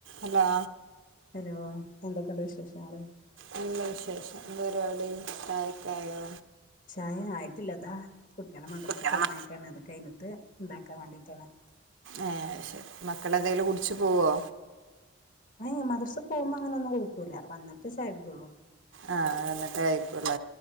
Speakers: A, on the right (about 70°); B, on the left (about 40°).
A: അല്ലാ
B: ഹലോ എന്തൊക്കെയണ്ട് വിശേഷങ്ങള്
A: നല്ല വിശേഷം എന്താ പരിപാടി ചായക്കെ ആയോ
B: ചായ ആയിട്ടില്ല താ കുട്ടിളെ മദ്രസ്
A: കുട്ടികളെ
B: പറഞ്ഞേക്കാണ്
A: മ
B: കഴഞ്ഞിട്ട് ഇണ്ടാക്കാ വേണ്ടിട്ടാണ്
A: ആ ശരി മക്കള എന്തെലും കുടിച്ച് പോവോ
B: ഏ മദർസ് പോമ്പോ അങ്ങനെ ഒന്നും കുടിക്കൂല വന്നിട്ട് ചായക്കുടിക്കുള്ളൂ
A: ആ അ എന്നിടെ കഴിക്കുളോ